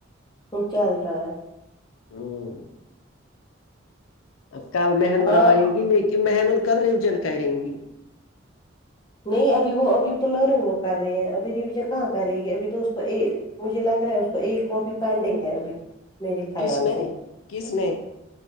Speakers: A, on the left; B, on the left.
A: وہ چل رہا ہے
B: اوں اب کل مہ نور
A: ہاں
B: آئیں گی لیکن مہ نور کل ریوژن کریں گی
A: نہیں ابھی وہ ابھی تو لرنینگ وہ کر رہی ہیں ابھی ریویژن کہاں کرے گی ابھی تو اس کو ایک مجھے لگ رہا ہے اس کو ایک کاپی پینڈنگ ہے ابھی میرے خیال
B: کس میں
A: سے
B: کس میں